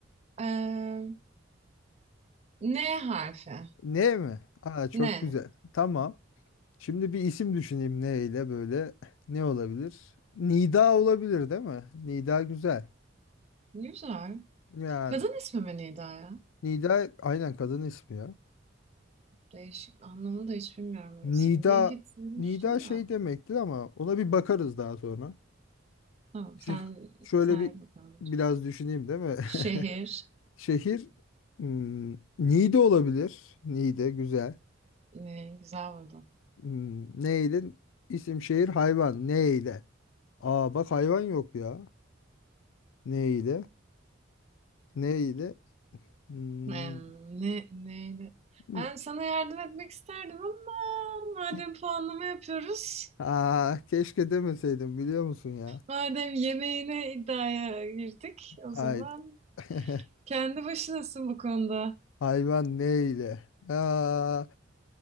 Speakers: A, on the right; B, on the left.
A: Ee, N harfi.
B: Ne mi? Aa çok
A: Ne?
B: güzel. Tamam. Şimdi bir isim düşüneyim ne ile böyle. Ne olabilir? Nida olabilir değil mi? Nida güzel.
A: Güzel.
B: Yani
A: Kadın ismi mi Nida ya?
B: Nida aynen kadın ismi ya.
A: Değişik. Anlamını da hiç bilmiyorum
B: Nida
A: o ismin. Bir hit duymuştum
B: Nida şey
A: da.
B: demektir ama ona bir bakarız daha sonra.
A: Tamam
B: Şimdi
A: sen
B: Şöyle
A: sen
B: bir
A: bakalım.
B: biraz düşüneyim değil mi?
A: Şehir.
B: <laughs> Şehir hmm, Niğde olabilir. Niğde güzel.
A: Ee, güzel buldum.
B: Hmm, neyle? İsim şehir hayvan. Neyle? Aa bak hayvan yok ya. Neyle? Neyle? Hmm,
A: Ee, ne, neydi?
B: ne-
A: Ben sana yardım etmek isterdim ama madem
B: İ-
A: puanlama yapıyoruz.
B: Aa, keşke demeseydim biliyor musun ya?
A: Madem yemeğine iddiaya girdik o
B: Ay.
A: zaman
B: <laughs>
A: Kendi başınasın bu konuda.
B: Hayvan neyle? Aa,